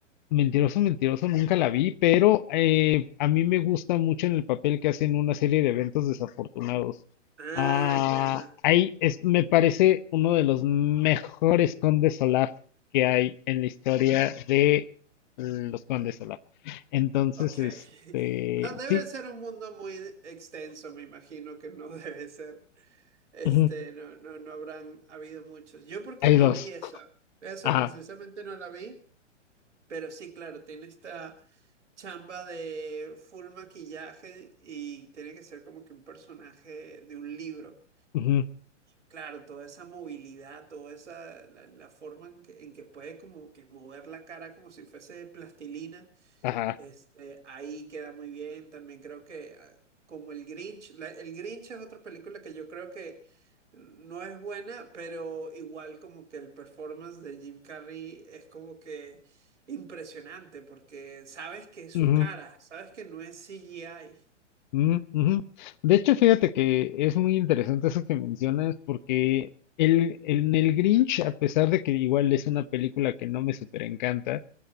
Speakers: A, on the left; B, on the right.
A: Mentiroso, mentiroso, nunca la vi, pero eh, a mí me gusta mucho en el papel que hacen una serie de eventos desafortunados.
B: Ah,
A: Ah,
B: ya.
A: ahí es, me parece uno de los mejores condes Olaf que hay en la historia de los condes Olaf. Entonces,
B: Ok.
A: este,
B: <laughs> No debe
A: sí,
B: ser un mundo muy extenso, me imagino que no <laughs> debe ser. Este,
A: ujú,
B: no, no, no habrán habido muchos. Yo porque
A: hay
B: no
A: dos.
B: vi esa. Esa
A: Ajá,
B: precisamente no la vi, pero sí, claro, tiene esta chamba de full maquillaje y tiene que ser como que un personaje de un libro.
A: ujú,
B: Claro, toda esa movilidad, toda esa, la, la forma en que, en que puede como que mover la cara como si fuese plastilina.
A: ajá,
B: Este, ahí queda muy bien. También creo que ah, como el Grinch, la- el Grinch es otra película que yo creo que no es buena, pero igual como que el performance de Jim Carrey es como que impresionante porque sabes que es su
A: ujú.
B: cara, sabes que no es CGI.
A: Mm, ujú. De hecho, fíjate que es muy interesante eso que mencionas, porque el, en el Grinch, a pesar de que igual es una película que no me super encanta,